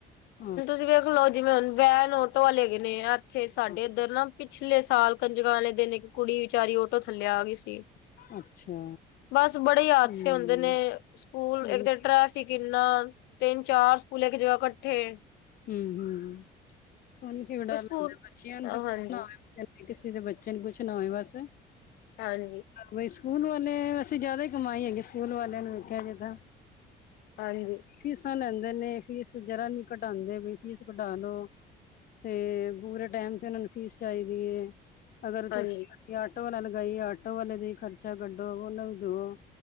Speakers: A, on the left (about 60°); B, on the left (about 85°).
A: ਹਾਂ।
B: ਜੀ ਵੇਖ ਲਓ ਜਿਵੇ ਹੁਣ ਵੈਨ ਆਟੋ ਵਾਲੇ ਹੈ ਗਏ ਨੇ ਇਥੇ ਸਾਡੇ
A: ਹਾਂ
B: ਇਧਰ ਨਾ ਪਿਛਲੇ ਸਾਲ ਕੰਜਕਾਂ ਵਾਲੇ ਦਿਨ ਇਕ ਕੁੜੀ ਵਿਚਾਰੀ ਓਟੋ ਥੱਲਿਆ ਆ ਗਈ ਸੀ।
A: ਅੱਛਾ।
B: ਬਸ ਬੜੇ ਹਾਦਸੇ
A: ਹੂੰ
B: ਹੁੰਦੇ ਨੇ ਸਕੂਲ
A: ਸੁਣ
B: ਇਕ ਤੇ ਟਰ ਹੀ ਕਿੰਨਾ ਤਿੰਨ ਚਾਰ ਸਕੂਲ ਇਕ ਜਗਾ ਇਕੱਠੇ,
A: ਹੂੰ-ਹੂੰ, ਸੁਣ ਕੇ ਡਰ
B: ਸਕੂਲ
A: ਲਗਦਾ ਬੱਚਿਆਂ ਨੂੰ
B: ਹਾਂਜੀ
A: ਤਾਂ ਕੁਛ ਨਾ ਹੋਵੇ। ਤੇ ਕਿਸੇ ਦੇ ਬੱਚੇ ਨੂੰ ਕੁਛ ਨਾ ਹੋਏ ਬਸ।
B: ਹਾਂਜੀ।
A: ਬਈ ਸਕੂਲ ਵਾਲੇ ਵੇਸੇ ਜਿਆਦਾ ਹੀ ਕਮਾਈ ਹੈਗੀ ਸਕੂਲ ਵਾਲਿਆਂ ਨੂੰ ਵੇਖਿਆ ਜਾਵੇ ਤਾਂ।
B: ਹਾਂਜੀ
A: ਫੀਸਾ ਲੈਦੇ ਨੇ ਫੀਸ ਜਰਾ ਨੀ ਘਟਾਉਦੇ ਵੀ ਫੀਸ ਘਟਾ ਲੋ- ਤੇ ਪੂਰੇ ਟਾਈਮ ਤੇ ਉਹਨਾ ਨੂੰ ਫੀਸ ਚਾਹੀਦੀ ਹੈ। ਅਗਰ ਤੁਸੀਂ
B: ਹਾਂਜੀ
A: ਅਸੀਂ ਆਟੋ ਵਾਲਾ ਲਗਾਈਏ ਆਟੋ ਵਾਲੇ ਦਾ ਖਰਚਾ ਕਢੋ ਉਹਨਾ ਨੂੰ ਦਵੋ-